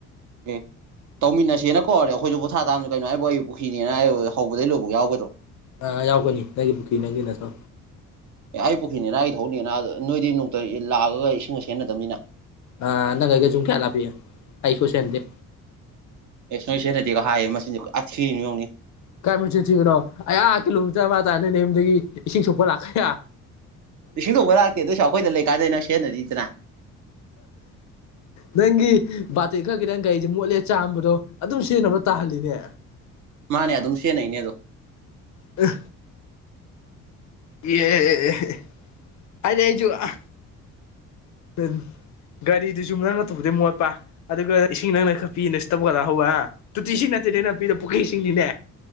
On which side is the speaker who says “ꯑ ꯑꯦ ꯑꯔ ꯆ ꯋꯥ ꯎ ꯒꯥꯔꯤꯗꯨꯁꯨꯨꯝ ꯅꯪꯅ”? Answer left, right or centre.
Left